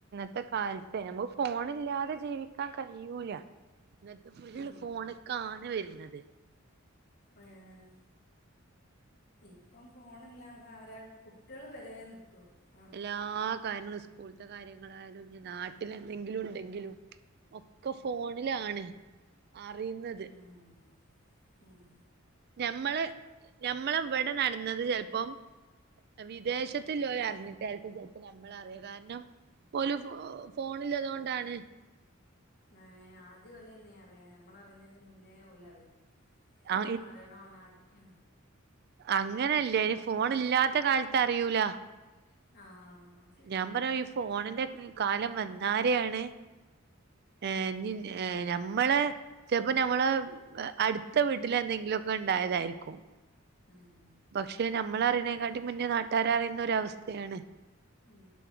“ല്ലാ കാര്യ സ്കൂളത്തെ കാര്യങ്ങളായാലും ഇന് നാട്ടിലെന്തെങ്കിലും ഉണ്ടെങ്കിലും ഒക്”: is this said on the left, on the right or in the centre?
Right